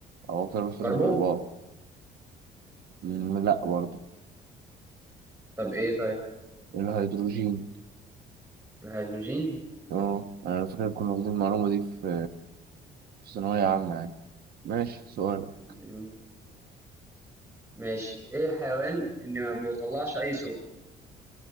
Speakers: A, on the right; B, on the right.
A: او اكتر عنصر
B: كربون
A: واو مم، لا برضه
B: طب إيه طيب
A: الهيدروجين
B: الهيدروجين
A: اه انا فاكر كنا واخدين المعلومة دي في في ثانوية عامة يعني ماشي سؤال
B: مم، ماشي إيه الحيوان اللي ما بيطلعش أي صوت